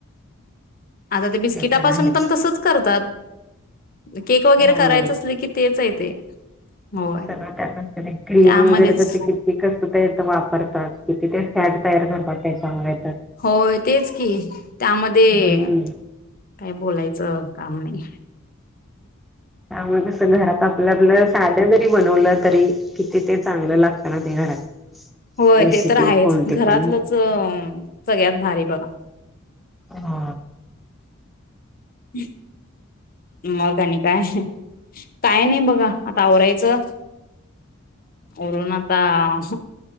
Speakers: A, on the left; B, in the centre.
A: आता बिस्किटापासून
B: ते पण आहेच.
A: तसंच करतात केक वगैरे
B: हो
A: करायचं असले की तेच आहेत. ते. होय
B: सगळं त्यातच केले्ये क्रीम
A: त्यामध्येच
B: वगैरे तर ते किती कसत तयार करतात किती ते सॅड तयार करतात ते सांगाय
A: होय तेच की त्यामध्ये
B: हम्म
A: काय बोलाय च काम नाही.
B: त्यामुळेस घरात आपलं आपलं साध जरी बनवलं तरी किती ते चांगलं लागतं ना ते घरात.
A: होय
B: रेसिपी
A: ते तर आहेच
B: कोणती
A: घरातलंच
B: पण
A: सगळ्यात भारी बघा.
B: हा.
A: ह. मगा आंनी काय? काय नाही बघा आता आवरायचं. आवरून आंता ह.